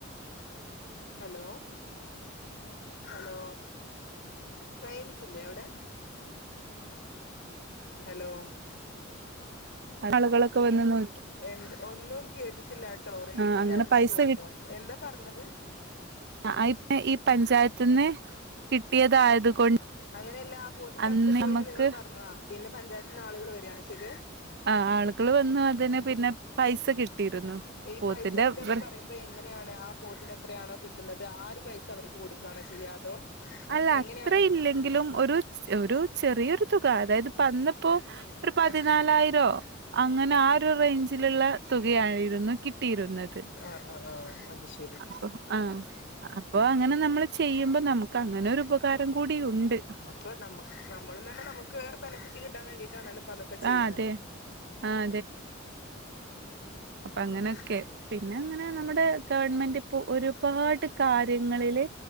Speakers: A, on the left; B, on the right.
A: ഹലോ ഹലോ റേഞ്ച്ല്ലേ അവിടെ ഹലോ
B: ആളുകളൊക്കെ വന്ന് നോ
A: എ ഒന്നും കേട്ടിട്ടില്ലട്ടോ റേഞ്ചില്ലായിരുന്നൂന്ന്
B: ആഹ് അങ്ങനെ പൈസ
A: തോന്നുന്നു എന്താ പറഞ്ഞത്
B: ആ ഇപ്പ ഈ പഞ്ചായത്തിന്ന് കിട്ടിയതായത് കൊണ്ട്
A: അങ്ങനെയല്ലാ ആ പോത്ത് ചത്ത്
B: അന്ന്
A: പോ
B: നമുക്ക്
A: യീന്ന് നിങ്ങൾ പറഞ്ഞോ പിന്നെ പഞ്ചായത്തിന്ന് ആളുകൾ വരികയണോ ചെയ്ത്
B: ആ ആളുകൾ വന്നു അതിന് പിന്നെ പൈസ കിട്ടിയിരുന്നു
A: ഈ
B: പോത്തിന്റെ
A: പൈസ കിട്ടുക എന്ന്
B: വൃ
A: പറയുമ്പൊ പ്പൊ എങ്ങനെയാണ് ആ പോത്തിന് എത്രയാണോ കിട്ടുന്നത് ആ ഒരു പൈസ അവർക്ക് കൊടുക്കുകയാണോ ചെയ്യാ അതോ
B: അല്ല
A: എങ്ങനെയാണത്
B: അത്ര ഇല്ലെങ്കിലും ഒരു ഒരു ചെറിയൊരു തുക അതായത് അന്ന്പ്പോ ഒരു പതിനാലായിരോ
A: ആഹ്
B: അങ്ങനെ ആ ഒരു റേഞ്ചിലുള്ള തുകയായിരുന്നു കിട്ടിയിരുന്നത്
A: ആ ആ ആ അത് ശരി
B: അപ്പൊ ആ അപ്പൊ അങ്ങനെ നമ്മൾ ചെയ്യുമ്പോ നമുക്ക് അങ്ങനെ ഒരുപകാരം കാരം കൂടി ഉണ്ട്
A: ഇപ്പ നമ്മക്ക് നമ്മളും തന്നെ നമുക്ക് ബെനിഫിറ്റ് കിട്ടാൻ വേണ്ടിട്ടാണല്ലോ ഇപ്പതൊ ക്കൊ ചെയ്യുന്നത്
B: ആഹ് അതെ ആഹ് അപ്പ അങ്ങനെയൊക്കെ
A: അതെ
B: പിന്നെ അങ്ങനെ നമ്മുടെ ഗവൺമെന്റ് ഇപ്പോ ഒരുപാട് കാര്യങ്ങളില്